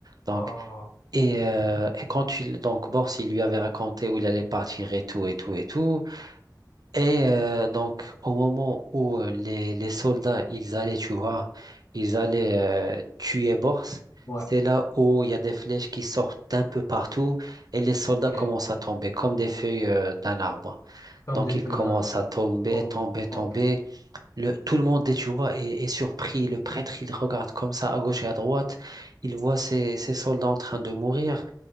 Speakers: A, on the right; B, on the left.
A: Donc,
B: ah,
A: et, euh, et quand il, donc, Bors, il lui avait raconté où il allait partir et tout, et tout, et tout. Et euh, donc, au moment où euh, les, les soldats, ils allaient, tu vois, ils allaient euh, tuer Bors,
B: ouais,
A: c'est là où il y a des flèches qui sortent un peu partout et les soldats
B: ok.
A: commencent à tomber comme des feuilles euh, d'un arbre.
B: Comme
A: Donc
B: des
A: il
B: feuilles
A: commence
B: d'un arbre.
A: à tomber,
B: Ok,
A: tomber, tomber.
B: ok,
A: Le, tout le monde, tu vois, est, est surpris. Le prêtre, il regarde comme ça à gauche et à droite. Il voit ses, ses soldats en train de mourir.